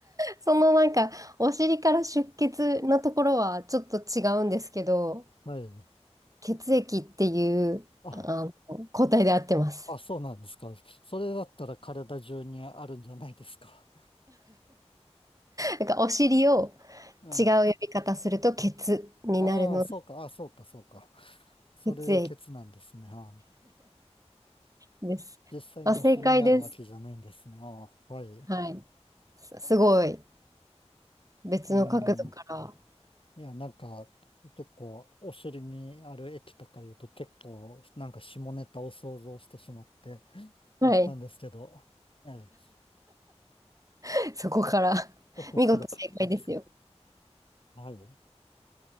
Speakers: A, on the right (about 30°); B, on the left (about 50°).
A: そのなんか、お尻から出血のところはちょっと違うんですけど、
B: はい。
A: 血液っていう、
B: あ、
A: あの、抗体で合ってます。
B: あ、そうなんですか。それだったら体中にあるんじゃないですか。
A: なんか、お尻を
B: うん。
A: 違う呼び方すると、血になるので、
B: ああ、そうか。ああ、そうか、そうか。それで血なんですね。
A: 血液
B: はい。
A: です。
B: 実際のお尻にあるわけじゃないんですね。
A: あ、正解です。
B: ああ、はい。
A: はい。す、すごい。別の角度から
B: うん。いや、なんか、結構、お尻にある液とか言うと結構、なんか下ネタを想像してしまって思ったんですけど、
A: はい。
B: ええ、
A: <laughs> そこから <laughs>
B: そこから
A: 見事正解ですよ。
B: <laughs> はい。